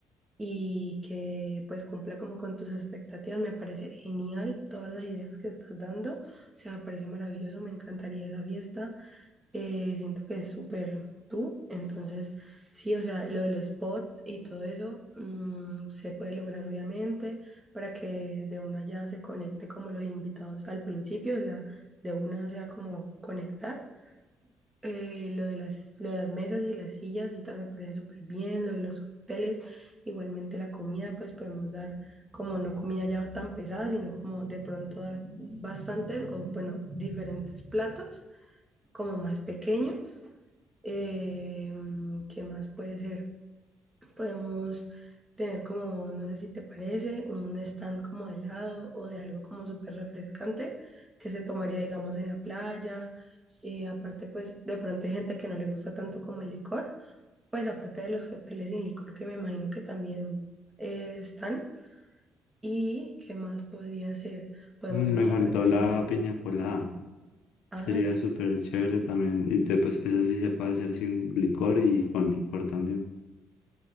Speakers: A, on the right; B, on the left.
A: y que pues cumpla como con tus expectativas. Me parece genial todas las ideas que estás dando. O sea, me parece maravilloso, me encantaría esa fiesta. Eh, siento que es súper tú. Entonces, sí, o sea, lo del spot y todo eso mm, se puede lograr obviamente para que de una ya se conecte como los invitados al principio, o sea, de una sea como conectar. Eh, lo de las, lo de las mesas y las sillas, y también me parece súper bien, lo de los cócteles, igualmente la comida, pues podemos dar como no comida ya tan pesada, sino como de pronto dar bastantes o bueno, diferentes platos como más pequeños. Eh, ¿qué más puede ser? Podemos tener como, no sé si te parece, un stand como de helado o de algo como súper refrescante que se tomaría, digamos, en la playa. Y aparte, pues de pronto hay gente que no le gusta tanto como el licor, pues aparte de los cócteles sin licor que me imagino que también eh, están. ¿Y qué más podría ser? Podemos
B: Mm,
A: contratar
B: Me faltó
A: de
B: la
A: pronto.
B: piña colada.
A: Ah,
B: Sería
A: es,
B: súper chévere también. Y te, pues esa sí se puede hacer sin licor y con licor también.